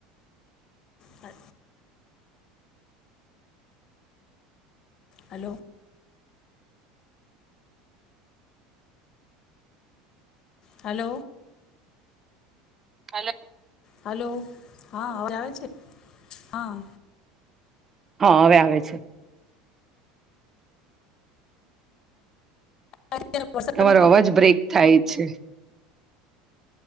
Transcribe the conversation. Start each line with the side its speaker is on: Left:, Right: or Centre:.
Left: હા, હલો. હલો.
Right: હાલ.
Left: હલો. હા હવે આવે છે. હા.
Right: હા હવે આવે છે.
Left: અત્યારે વરસાદમાં
Right: તમારો અવાજ બ્રેક થાય છે.